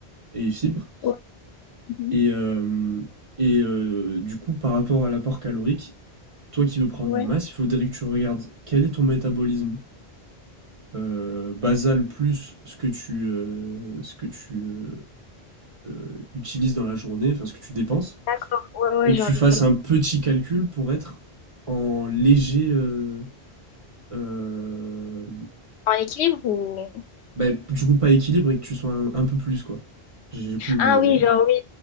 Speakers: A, on the right; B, on the left.
A: et fibres.
B: Ouais. Mhm.
A: Et, euh, et euh, du coup, par rapport à l'apport calorique, toi qui veux prendre
B: Ouais.
A: la masse, il faudrait que tu regardes quel est ton métabolisme euh, basal plus ce que tu, euh, ce que tu euh, euh, utilises dans la journée, enfin ce que tu dépenses,
B: D'accord. Ouais, ouais,
A: et que
B: genre
A: tu
B: des
A: fasses
B: calories.
A: un petit calcul pour être en léger, euh, euh,
B: En équilibre ou...
A: bah, du coup pas équilibre et que tu sois un, un peu plus quoi. J'ai j'ai plus le
B: Ah
A: mot,
B: oui,
A: mais
B: genre oui.